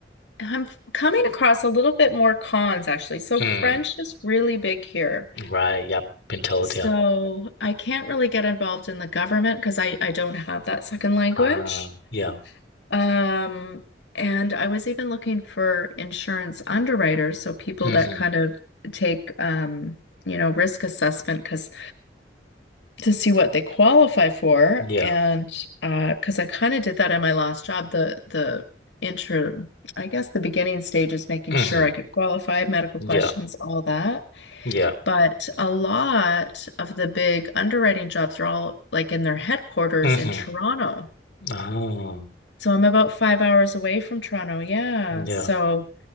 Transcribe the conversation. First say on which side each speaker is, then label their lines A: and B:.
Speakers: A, on the left; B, on the left.
A: I'm f- coming across a little bit more cons actually. So
B: Mm.
A: French is really big here.
B: Right. Yep. Been told.
A: So
B: Yeah.
A: I can't really get involved in the government because I, I don't have that second language.
B: Ah, yeah.
A: Um, and I was even looking for insurance underwriters, so people
B: hmm
A: that kind of take um, you know, risk assessment because to see what they qualify for.
B: Yeah.
A: And uh, because I kind of did that in my last job, the the intro, I guess the beginning stage is making
B: hmm
A: sure I could qualify, medical
B: Yeah.
A: questions, all that.
B: Yeah.
A: But a lot of the big underwriting jobs are all like in their headquarters
B: hmm
A: in Toronto.
B: Oh,
A: So I'm about five hours away from Toronto. Yeah.
B: yeah.
A: So